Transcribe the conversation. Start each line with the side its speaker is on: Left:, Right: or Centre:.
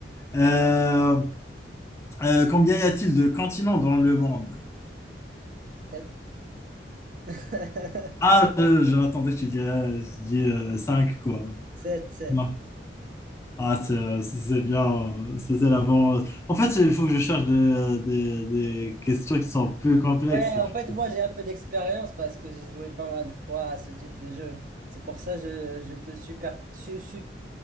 Left: Euh, euh, combien y a-t-il de continents dans le monde?
Right: sept. <laughs>
Left: Ah, je- j'attendais que tu dirais, je dis euh, 5 quoi.
Right: Sept sept.
Left: Non. Ah, c'est euh, c'est bien, euh, c'est c'est la bonne. En fait, il faut que je cherche des, des, des questions qui sont plus complexes.
Right: Ouais,
Left: Il
Right: en
Left: faut-
Right: fait, moi, j'ai un peu d'expérience parce que j'ai joué pas mal de fois à ce type de jeu. C'est pour ça que je, je te super, su- su-